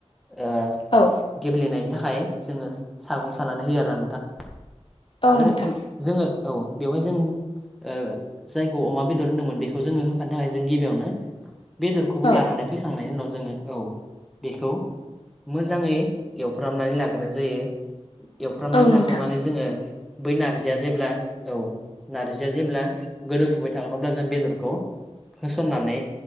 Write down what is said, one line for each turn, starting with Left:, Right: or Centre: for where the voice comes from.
Centre: ओ
Left: औ
Centre: गेबलेनायनि थाखाय जोङो सागं सानानै होयो आरोना नोंथां
Left: औ
Centre: आरो
Left: नोंथां
Centre: जोङो औ बेवहाय जों ओ जायखौ अमा बेदर होनदोंमोन बेखौ जोङो होफानो थाखाय जों गिबियावनो बेदरखौबो
Left: औ
Centre: लानानै फैखांनायनि उनाव जोङो औ बेखौ मोजाङै एवफ्रामनानै लाग्रोनाय जायो एवफ्रामनानै
Left: औ नोंथां
Centre: लाखांनानै जोङो बै नारजिया जेब्ला औ नार्जिया जेब्ला गोदौफुबाय थागोन अब्ला जों बेदरखौ होसननानै